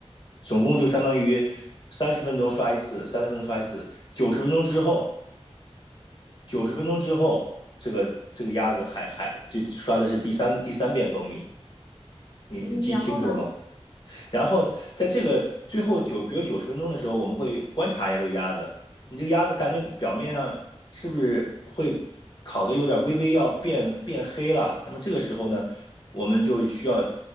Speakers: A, on the left (about 40°); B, on the right (about 40°).
A: 总共就相当于三十分钟刷一次，三十分钟刷一次，九十分钟之后，九十分钟之后这个这个鸭子还还就刷的是第三第三遍蜂蜜，你你记清楚了吗？
B: 嗯，然后呢？
A: 然后在这个最后九，比如九十分钟的时候，我们会观察一下这个鸭子，你这个鸭子感觉表面上是不是会烤的有点微微要变变黑了？那么这个时候呢，我们就需要